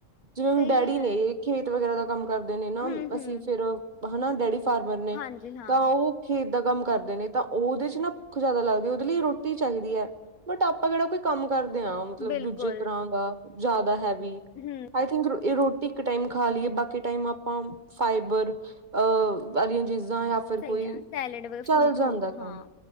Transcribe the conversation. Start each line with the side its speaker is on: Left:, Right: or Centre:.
Right: ਜਿਵੇਂ ਹੁਣ
Left: ਸਹੀ
Right: ਡੈਡੀ
Left: ਹੈ।
Right: ਨੇ ਖੇਤ ਵਗੈਰਾ ਦਾ ਕੰਮ ਕਰਦੇ ਨੇ ਨਾ,
Left: ਹੂੰ-ਹੂੰ,
Right: ਅਸੀ ਫੇਰ ਹੈਨਾ, ਡੈਡੀ ਫਾਰਮਰ ਨੇ
Left: ਹਾਂਜੀ ਹਾਂ,
Right: ਤਾਂ ਉਹ ਖੇਤ ਦਾ ਕੰਮ ਕਰਦੇ ਨੇ ਤਾਂ ਉਹਦੇ ਚ ਨਾ ਭੁੱਖ ਜ਼ਿਆਦਾ ਲੱਗਦੀ ਉਹਦੇ ਲਈ ਰੋਟੀ ਚਾਹੀਦੀ ਹੈ ਬਟ ਆਪਾਂ ਕਿਹੜਾ ਕੋਈ ਕੰਮ ਕਰਦੇ ਹਾਂ ਮਤਲਬ
Left: ਬਿਲਕੁਲ
Right: ਦੂਜੀ ਤਰ੍ਹਾਂ ਦਾ, ਜ਼ਿਆਦਾ ਹੈਵੀ
Left: ਹੂੰ।
Right: ਆਈ ਥਿੰਕ ਰੋਟੀ ਇੱਕ ਟਾਈਮ ਖਾ ਲਈਏ ਬਾਕੀ ਟਾਇਮ ਆਪਾਂ ਫਾਈਬਰ ਅਹ ਵਾਲੀਆਂ ਚੀਜ਼ਾਂ ਜਾਂ ਫਿਰ।
Left: ਸਹੀ
Right: ਕੋਈ
Left: ਹੈ, ਸੈਲਡ ਵਾਲ਼ਾ
Right: ਚੱਲ
Left: ਫਰੂਟ
Right: ਜਾਂਦਾ
Left: ਹੋਵੇ, ਹਾਂ
Right: ਕੰਮ